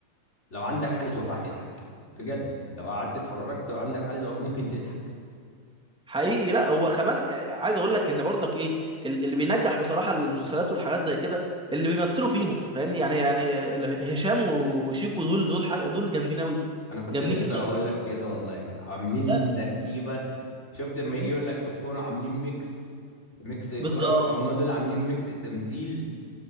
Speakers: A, on the left; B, in the centre.
A: لو عندك حالة وفاة تضحك بجد لو قعدت اتفرجت وعندك حالة وفاة ممكن تضحك
B: حقيقي لا هو كمان عايز اقول لك ان برضك ايه ال- اللي بينجح بصراحه المسلسلات والحاجات زي كده اللي بيمثلوا فيهم فاهمني يعني يعني ال- هشام و- وشيكو دول دول حاجة دول جامدين قوي
A: انا كنت
B: جامدين
A: لسه
B: جدا
A: هقول
B: وليه-
A: لك كده والله عاملين
B: لا لا
A: تركيبة شفت لما يجي
B: مم.
A: يقول لك في الكورة عاملين ميكس ميكس كروي
B: بالظبط
A: هم دول عاملين ميكس تمثيل